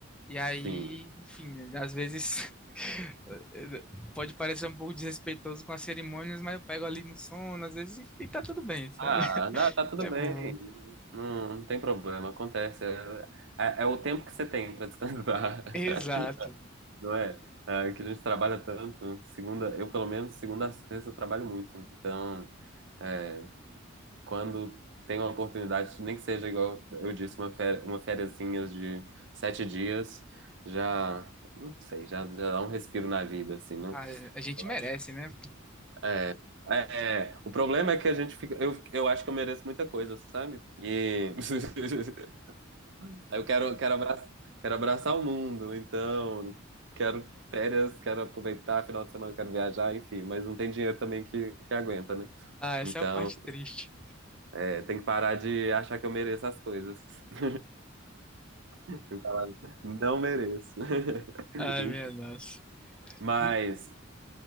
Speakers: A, in the centre; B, on the right (about 65°).
A: E aí,
B: Sim.
A: enfim, às vezes <laughs> pode parecer um pouco desrespeitoso com as cerimônias, mas eu pego ali no sono, às vezes, e tá tudo bem, sabe?
B: Ah,
A: <laughs>
B: tá, tá tudo
A: É
B: bem.
A: bom.
B: Não, não tem problema, acontece. É, é- é o tempo que você tem pra descansar. <laughs>
A: Exato.
B: Não é? É, que a gente trabalha tanto. Segunda, eu pelo menos segunda a sexta eu trabalho muito. Então, é, quando tem uma oportunidade, nem que seja igual eu disse, uma férias, uma fériazinha de sete dias, já, não sei, já, já dá um respiro na vida, assim, né?
A: Ah, a gente
B: Eu
A: merece,
B: acho.
A: né?
B: É, é, o problema é que a gente fica, eu, eu acho que eu mereço muita coisa, sabe? E <laughs> Aí eu quero, quero abraçar, quero abraçar o mundo, então quero férias, quero aproveitar, final de semana quero viajar, enfim, mas não tem dinheiro também que, que aguenta, né?
A: Ah, essa
B: Então,
A: é a parte triste.
B: é, tem que parar de achar que eu mereço as coisas. <laughs> Tem que falar, não mereço. <laughs>
A: Ai,
B: Enfim,
A: minha nossa.
B: mas
A: Hum,